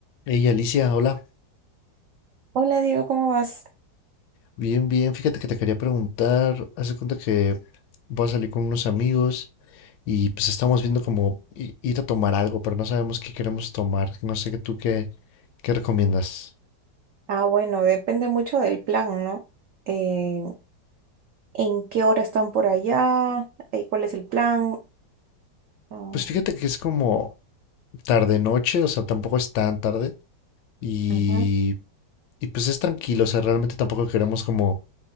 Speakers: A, on the left; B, on the right.
A: Hey Alicia, hola.
B: Hola Diego, ¿cómo vas?
A: Bien, bien. Fíjate que te quería preguntar. Haz de cuenta que voy a salir con unos amigos y pues estamos viendo como i- ir a tomar algo, pero no sabemos qué queremos tomar. No sé qué tú qué, qué recomiendas.
B: Ah, bueno, depende mucho del plan, ¿no? Eh, ¿en qué hora están por allá? Eh, ¿cuál es el plan? Ah,
A: Pues fíjate que es como tarde noche, o sea, tampoco es tan tarde y,
B: ujú.
A: y pues es tranquilo, o sea, realmente tampoco queremos como